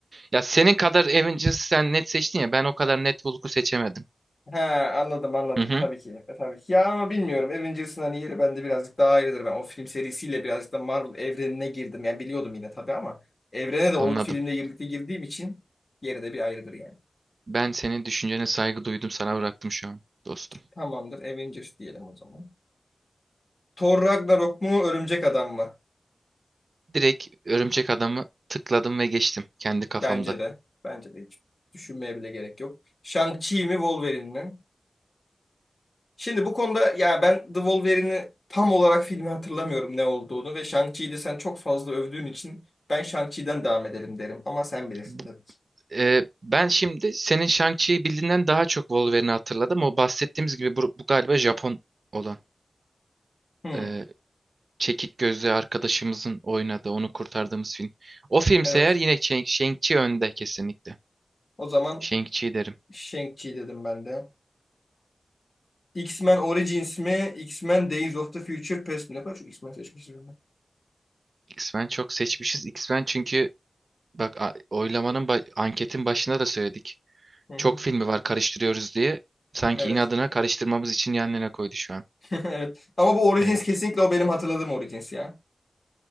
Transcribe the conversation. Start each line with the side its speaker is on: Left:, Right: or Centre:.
Right: Ya senin kadar Avengers'ı sen net seçtin ya ben o kadar net Hulk'u seçemedim.
Left: Ha anladım anladım
Right: Hı hı.
Left: tabii ki. E, tabii ki. Ya ama bilmiyorum. Avengers'ın hani yeri bende birazcık daha ayrıdır. Ben o film serisiyle birazcık da Marvel evrenine girdim. Yani biliyordum yine tabii ama evrene de o
Right: Anladım.
Left: filmle birlikte girdiğim için yeri de bir ayrıdır yani.
Right: Ben senin düşüncene saygı duydum sana bıraktım şu an dostum.
Left: Tamamdır. Avengers diyelim o zaman. Thor Ragnarok mu, Örümcek Adam mı?
Right: Direkt Örümcek Adam'ı tıkladım ve geçtim kendi kafamda.
Left: Bence de. Bence de hiç düşünmeye bile gerek yok. Shang-Chi mi, Wolverine mi? Şimdi bu konuda ya ben The Wolverine'i tam olarak filmi hatırlamıyorum ne olduğunu ve Shang-Chi'yi de sen çok fazla övdüğün için ben Shang-Chi'den devam edelim derim ama sen bilirsin
Right: Bu-
Left: tabii ki.
Right: e, ben şimdi senin Shang-Chi'yi bildiğinden daha çok Wolverine'i hatırladım. O bahsettiğimiz gibi bu, bu galiba Japon olan.
Left: Hmm,
Right: e, Çekik gözlü arkadaşımızın oynadığı, onu kurtardığımız film. O filmse
Left: evet.
Right: eğer yine Shang- Shang-Chi önde kesinlikle.
Left: O zaman
Right: Shang-Chi derim.
Left: Shang-Chi dedim ben de. X-Men Origins mi? X-Men Days of the Future Past mi? Ne kadar çok X-Men seçmişim ben.
Right: X-Men çok seçmişiz. X-Men çünkü bak a- oylamanın ba- anketin başında da söyledik.
Left: Hı hı.
Right: Çok filmi var karıştırıyoruz diye. Sanki
Left: Evet.
Right: inadına karıştırmamız için yanlarına koydu şu an.
Left: <laughs> Evet. Ama bu Origins
Right: Evet.
Left: kesinlikle o benim hatırladığım Origins ya.